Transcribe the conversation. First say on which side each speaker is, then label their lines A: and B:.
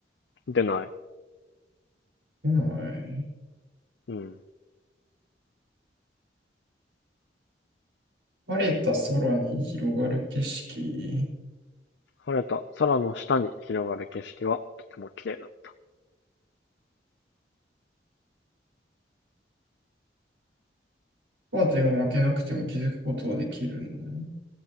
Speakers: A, on the left; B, on the right.
A: 出ない。
B: ない。
A: うん。
B: 晴れた空に広がる景色。
A: 晴れた空の下に広がる景色はとても綺麗だった。
B: カーテンを開けなくても気づくことはできるの